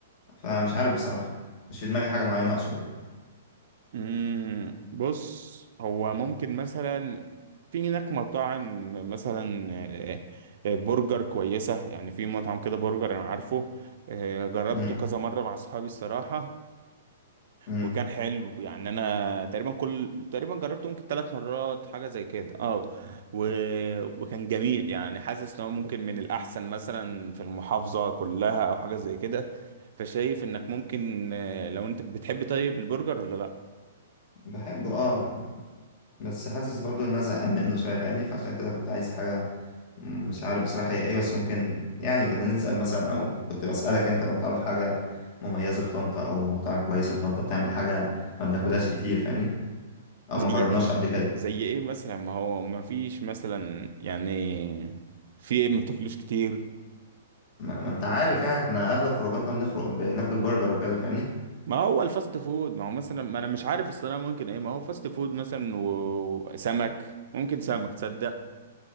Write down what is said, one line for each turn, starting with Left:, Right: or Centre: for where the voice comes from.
Left: فمش عارف بصراحه مش في دماغي حاجه معينه اقصد يعني
Right: امم بص هو ممكن مثلا في هناك مطاعم مثلا آه، آه، برجر كويسة يعني في مطعم كده برجر انا عارفه آه، جربته
Left: م-
Right: كذا مرة مع اصحابي الصراحة
Left: م-
Right: وكان حلو يعني انا تقريبا كل تقريبا جربته ممكن ثلاث مرات حاجه زي كده اه و... وكان جميل يعني حاسس ان هو ممكن من الاحسن مثلا في المحافظه كلها او حاجه زي كده فشايف انك ممكن آه، لو انت بتحب طيب البرجر ولا لا
Left: بحبه اه بس حاسس برضو ان انا زهقان منه شويه فاهمني فعشان كده كنت عايز حاجه مم، مش عارف بصراحه هي ايه بس ممكن يعني كنا نسال مثلا او كنت بسالك انت لو تعرف حاجه مميزه في طنطا او مطاعم كويسه في طنطا بتعمل حاجه ما بناكلهاش كتير فاهمني او
Right: زي
Left: ما جربناش
Right: ايه
Left: قبل كده
Right: زي ايه مثلا ما هو ما فيش مثلا يعني في ايه ما بتاكلوش كتير
Left: ما, ما انت عارف يعني احنا اغلب خروجاتنا بنخرج بناكل برجر وكده فاهمني
Right: ما هو الفاست فود ما هو مثلا ما انا مش عارف الصراحه ممكن ايه ما هو فاست فود مثلا و- وسمك ممكن سمك تصدق